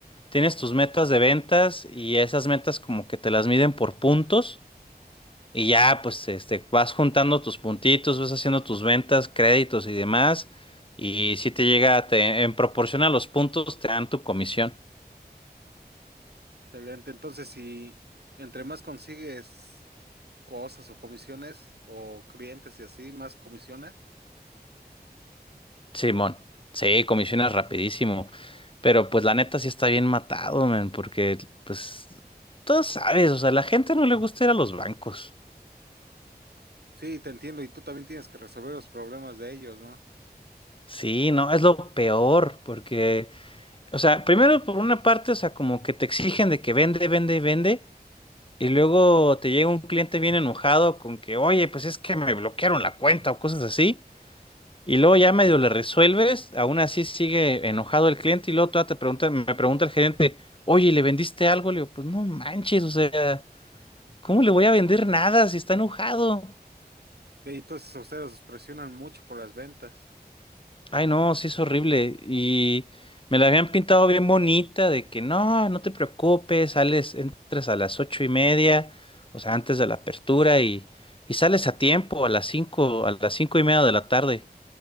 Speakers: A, on the left; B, on the right.
A: tienes tus metas de ventas y esas metas como que te las miden por puntos. Y ya, pues, este, vas juntando tus puntitos, vas haciendo tus ventas, créditos y demás. Y si te llega, te- en proporción a los puntos, te dan tu comisión.
B: Excelente. Entonces, si entre más consigues cosas o comisiones o clientes y así, más comisiones.
A: Simón, sí, comisionas rapidísimo. Pero pues la neta sí está bien matado, man, porque pues tú sabes, o sea, la gente no le gusta ir a los bancos.
B: Sí, te entiendo. Y tú también tienes que resolver los problemas de ellos, ¿no?
A: Sí, no, es lo peor, porque, o sea, primero por una parte, o sea, como que te exigen de que vende, vende y vende. Y luego te llega un cliente bien enojado con que, oye, pues es que me bloquearon la cuenta o cosas así. Y luego ya medio le resuelves, aún así sigue enojado el cliente y luego todavía te pregunta, me pregunta el gerente, oye, ¿le vendiste algo? Le digo, pues no manches, o sea, ¿cómo le voy a vender nada si está enojado?
B: Y entonces ustedes os presionan mucho por las ventas.
A: Ay, no, sí es horrible. Y me la habían pintado bien bonita, de que no, no te preocupes, sales, entras a las ocho y media, o sea, antes de la apertura, y, y sales a tiempo, a las cinco, a las cinco y media de la tarde.